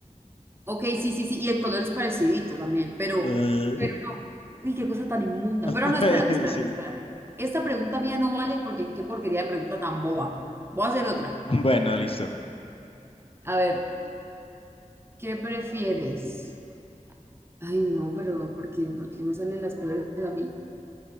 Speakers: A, on the right; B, on the left.
A: Ok, sí, sí, sí, y el color es parecidito también, pero,
B: Ugh.
A: pero no. Uy, qué cosa tan inmunda.
B: <laughs>
A: Pero no, espérate, espérate,
B: Sí.
A: espérate. Esta pregunta mía no vale porque qué porquería de pregunta tan boba. Voy a hacer otra.
B: Bueno, listo.
A: A ver, ¿qué prefieres? Ay, no, pero ¿por qué, por qué me salen las peores a mí?